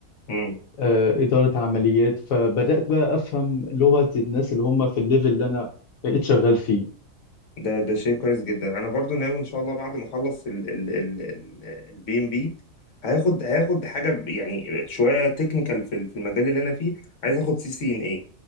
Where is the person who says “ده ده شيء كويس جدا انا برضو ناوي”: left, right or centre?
Left